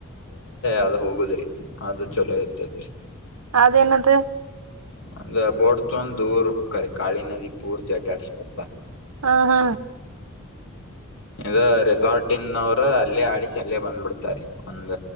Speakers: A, on the left; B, on the right.
A: ಆದ ಹೋಗುದ್ರಿ ಆದ್ರ ಚಲೋ ಇರ್ತೈತಿರಿ.
B: ಅದನ್ನದು.
A: ಅಂದ್ರ ಬೋಟ್ ಡ್ ದೂರ್ ಹಕ್ಕಾರಿ ಕಾಳಿ ನದಿ ಪೂರ್ತಿ ಅಡ್ಡಾಡ್ಸ್ ಬರ್ತ
B: ಹಾ ಹಾ.
A: ಇದು ರೆಸಾರ್ಟ್ ಇ--ದವರು ಅಲ್ಲೇ ಆಡಿಸಿ ಅಲ್ಲೇ ಬಂದ್ಬಿಡ್ತಾರೆ ಒಂದ